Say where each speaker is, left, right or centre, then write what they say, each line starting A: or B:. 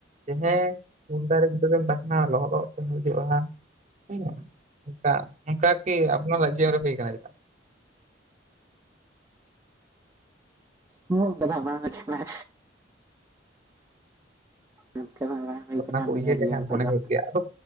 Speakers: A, on the right; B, on the right.
A: ᱮ ᱦᱮᱸ ᱩᱞ ᱫᱟᱨᱮ ᱵᱩᱴᱟᱹ ᱨᱮᱢ ᱛᱟᱦᱮᱸᱱᱟ ᱞᱚᱦᱚᱫᱚᱜ ᱛᱮᱢ ᱦᱤᱡᱩᱜᱼᱟ᱾ <unintelligible> ᱚᱱᱠᱟ ᱚᱱᱠᱟ ᱠᱤ ᱟᱯᱱᱟ ᱡᱤᱭᱚᱱ ᱨᱮ ᱦᱩᱭ ᱠᱟᱱᱟ ᱪᱮᱛᱟ?
B: ᱦᱩᱸ ᱫᱟᱫᱟ ᱵᱟᱝᱟ ᱪᱷᱟᱲᱟ ᱚᱱᱠᱟ ᱫᱚ ᱵᱟᱝ ᱦᱩᱭ
A: ᱟᱫᱚ
B: ᱠᱟᱱᱟ
A: ᱚᱱᱟ ᱠᱚ
B: ᱱᱤᱭᱟᱹ
A: ᱩᱭᱦᱟᱹᱨ
B: ᱡᱤᱭᱚᱱ
A: ᱞᱮᱠᱷᱟᱱ ᱢᱚᱱᱮ
B: ᱨᱮᱫᱚ
A: ᱦᱩᱭᱩᱜ ᱜᱮᱭᱟ ᱟᱫᱚ᱾